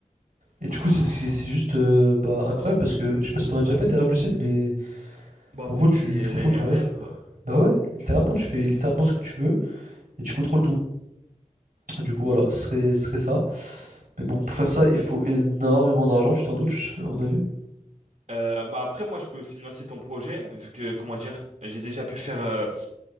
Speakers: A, on the right; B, on the right.
A: Et du
B: Ah,
A: coup, c'est c'est- c'est juste euh, bah, incroyable
B: c'est-
A: parce que je sais pas si t'en as déjà fait des rêves lucides, mais
B: bah, en
A: en
B: fait,
A: gros, tu,
B: c'est euh,
A: tu contrôles
B: les mes
A: ton
B: rêves,
A: rêve.
B: quoi.
A: Bah ouais, littéralement, tu fais littéralement ce que tu veux et tu contrôles tout. Et du coup, voilà, ce serait, ce serait ça. Mais bon, pour faire ça, il faut énormément d'argent, tu t'en doutes, je- à mon avis.
B: Euh, bah après, moi, je peux financer ton projet, vu que, comment dire, j'ai déjà pu faire euh,